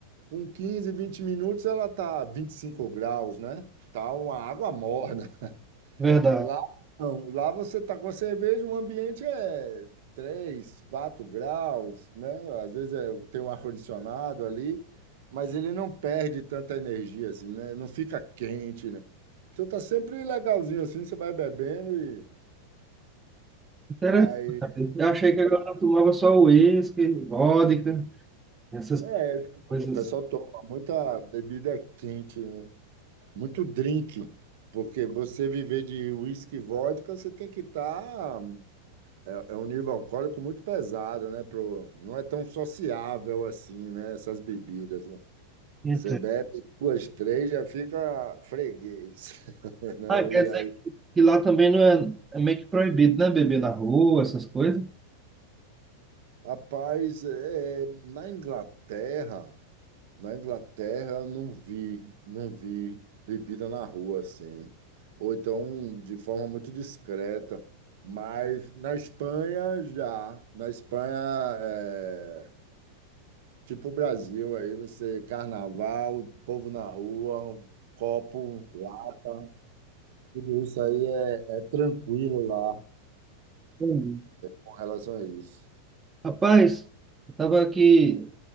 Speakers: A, on the right; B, on the right.
A: com 15 20 minutos ela tá 25 graus, né? Tá uma água morna.
B: Verdade.
A: Lá não, lá você está com a cerveja, o ambiente é 3, 4 graus, né? Às vezes é- tem um ar-condicionado ali, mas ele não perde tanta energia assim, né? Não fica quente, né? Então tá sempre legalzinho assim, você vai bebendo e
B: Interessante.
A: mas
B: Eu achei que agora eu tomava só uísque, vodka, essas
A: é,
B: coisas.
A: o pessoal toma muita bebida quente, né? Muito drink, porque você viver de uísque e vodka, você tem que estar É, é um nível alcoólico muito pesado, né? Pro, não é tão sociável assim, né? Essas bebidas. né?
B: Então,
A: Você bebe duas, três, já fica freguês, <laughs> não?
B: Ah, quer
A: E
B: dizer
A: aí,
B: que lá também não é, é meio que proibido, né? Beber na rua, essas coisas.
A: rapaz, é, na Inglaterra, na Inglaterra eu não vi, não vi bebida na rua assim, ou então de forma muito discreta. Mas na Espanha já, na Espanha é, Tipo o Brasil, aí você, carnaval, povo na rua, um copo, lata, tudo isso aí é, é tranquilo lá
B: hum,
A: com relação a isso.
B: Rapaz, eu tava aqui,